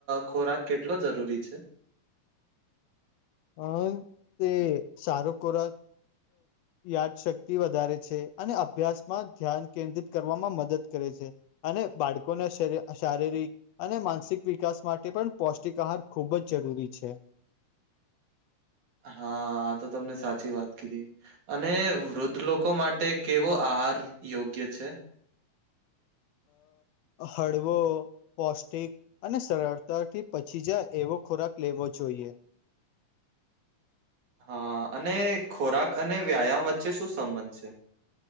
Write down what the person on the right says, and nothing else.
ખોરાક કેટલો જરૂરી છે.
હા આ તો તમે સાચી વાત કીધી અને વૃદ્ધ લોકો માટે, કેવો આહાર યોગ્ય છે?
હા અને ખોરાક અને વ્યાયામ વચ્ચે શું સંબંધ છે?